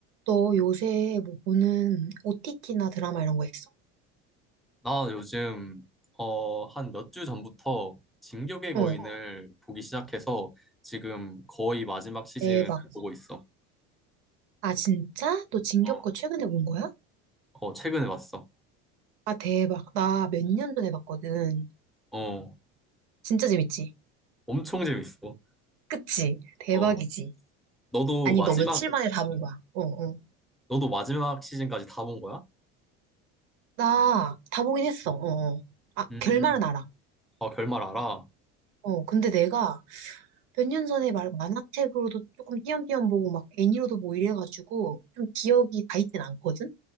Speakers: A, on the right; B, in the centre.
A: 너 요새 뭐 보는 OTT나 드라마 이런 거 있어?
B: 나 요즘 어, 한 몇 주 전부터 진격의 어,
A: 어,
B: 거인을 보기 시작해서 지금 거의 마지막 시즌을
A: 대박.
B: 그래? 보고 있어.
A: 아, 진짜? 너 진격거
B: 어,
A: 최근에 본 거야?
B: 어, 최근에 봤어.
A: 아, 대박. 나 몇 년 전에 봤거든.
B: 어,
A: 진짜 재밌지?
B: 엄청 재밌어.
A: 그치? 대박이지?
B: 어, 너도
A: 아니,
B: 아니, 마지막
A: 너 며칠 만에 다 본 거야? 어, 어.
B: 너도 마지막 시즌까지 다 본 거야?
A: 나 다 보긴 했어. 어, 어. 아,
B: 음,
A: 결말은 알아.
B: 아 결말 알아?
A: 어, 근데 내가 몇 년 전에 말 만화책으로도 조금 띄엄띄엄 보고 막 애니로도 뭐 이래가지고 좀 기억이 다 있진 않거든?